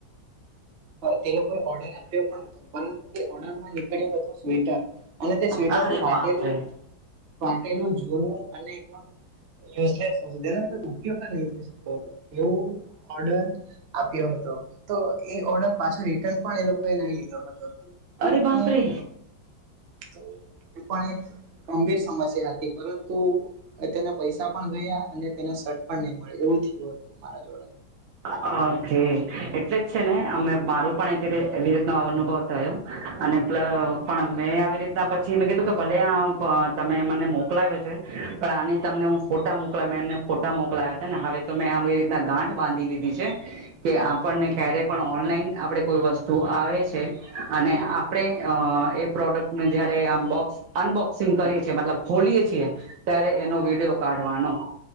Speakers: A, on the right; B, on the right.
A: તે લોકોએ ઓર્ડર આપ્યો પણ હતો પરંતુ તે ઓર્ડરમાં નીકળ્યું હતું સ્વેટર અને તે સ્વેટર
B: અરે
A: ફાટેલું
B: બાપરે
A: પાટેલું જૂનું અને એકદમ યુઝલેસધે નહી થઈ શકતો હતો એવો ઓર્ડર આપ્યો હતો તો એ ઓર્ડર પાછો રિટર્ન પણ એ લોકોએ નહી લીધો હતો
B: અરે
A: એ પણ
B: બાપરે
A: તો એ પણ એક ગંભીર સમસ્યા હતી પરંતુ તેના પૈસા પણ ગયા અને તેને સટ પણ નહી મળે એવું થયું હતું મારા જોડે
B: ઓકે એટલે જ છે ને અમે મારું પણ એકીતે એવી રીતનો અ અનુભવ થયો અને પલ પણ મેં આવી રીતના પછી મેં કીધું કે ભલે આ તમે મને મોકલાવ્યો છે પણ આને તમને હું ફોટા મોકલા મેં એમને ફોટા મોકલા્યા હતા ને હવે તો મેં આવી રીતના ગાંઠ બાંધી લીધી કે આપણને ક્યારે પણ ઓનલાઈન આપણેે કોઈ વસ્તુ આવે છે અને આપડે એ પ્રોડક્ટ નું જયારે આમ બોક્સ અનબોક્સિંગ કરીએ છીએ મતલબ ખોલીએ છીએ ત્યારે એનો વિડિયો કાઢવાનો